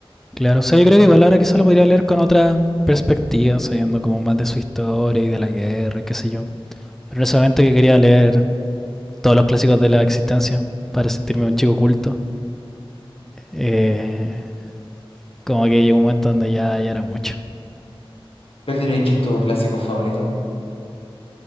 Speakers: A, in the centre; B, on the left.
A: claro, o sea, yo creo que igual ahora quizá lo podría leer con otra perspectiva, sabiendo como más de su historia y de la guerra y qué sé yo. Pero en ese momento que quería leer todos los clásicos de la existencia para sentirme un chico culto. Eh, como que llegó un momento donde ya, ya era mucho.
B: ¿Cuál dirías que es tu clásico favorito?